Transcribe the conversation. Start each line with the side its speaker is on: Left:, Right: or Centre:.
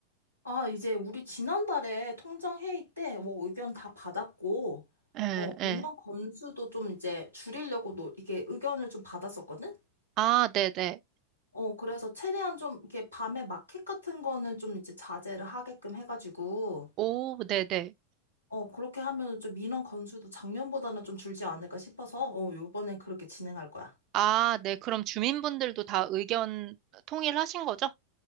Left: 아, 이제 우리 지난달에 통장 회의 때 뭐 의견 다 받았고,
Right: 예,
Left: 어,
Right: 예.
Left: 민원 건수도 좀 이제 줄이려고 노, 이게 의견을 좀 받았었거든?
Right: 아, 네네.
Left: 어, 그래서 최대한 좀 이렇게 밤에 마켓 같은 거는 좀 이제 자제를 하게끔 해가지고,
Right: 오, 네네.
Left: 어, 그렇게 하면 좀 민원 건수도 작년보다는 좀 줄지 않을까 싶어서, 어, 요번엔 그렇게 진행할 거야.
Right: 아, 네. 그럼 주민분들도 다 의견 통일하신 거죠?